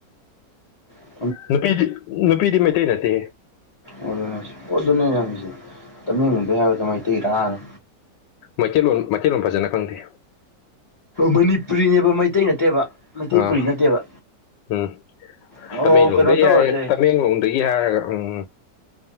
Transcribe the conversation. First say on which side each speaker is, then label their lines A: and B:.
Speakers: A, on the left; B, on the left.
A: ꯑ
B: ꯅꯨꯄꯤꯗꯤ ꯅꯨꯄꯤꯗꯤ ꯃꯩꯇꯩ ꯅꯠꯇꯦ
A: ꯑꯗꯨꯅꯦ ꯍꯥꯏꯁꯦ ꯑꯗꯨꯅꯦ ꯑꯩꯅ ꯍꯪꯏꯁꯦ ꯇꯝꯃꯦꯡꯂꯣꯡꯗꯩ ꯍꯥꯏꯔꯒ ꯃꯩꯇꯩ ꯔꯥꯅ
B: ꯃꯩꯇꯩꯂꯣꯟ ꯃꯩꯇꯩꯂꯣꯟ ꯐꯖꯅ ꯈꯪꯗꯦ
A: ꯃꯅꯤꯄꯨꯔꯤꯅꯦꯕ ꯃꯩꯇꯩ ꯅꯠꯇꯦꯕ ꯃꯩꯇꯩ
B: ꯑꯥ
A: ꯄꯨꯨꯔꯤ ꯅꯠꯇꯦꯕ
B: ꯎꯝ
A: ꯑꯣ
B: ꯇꯃꯦꯡꯂꯣꯡꯗꯒꯤ
A: ꯀꯩꯅꯣ ꯇꯧꯔꯁꯦ
B: ꯍꯥꯏꯦ ꯇꯃꯦꯡꯂꯣꯡꯗꯒꯤ ꯍꯥꯏꯔꯒ ꯎꯝ